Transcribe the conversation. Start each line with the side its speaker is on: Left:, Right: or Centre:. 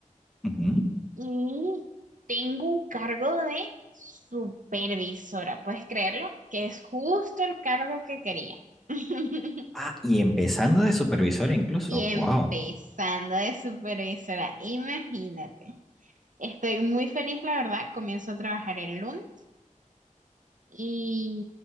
Centre: Ujú,
Right: y tengo un cargo de supervisora. ¿Puedes creerlo? Que es justo el cargo que quería. <laughs>
Centre: Ah, y empezando de supervisor incluso.
Right: Y empezando
Centre: Wow.
Right: de supervisora, imagínate. Estoy muy feliz, la verdad. Comienzo a trabajar el lunes. Y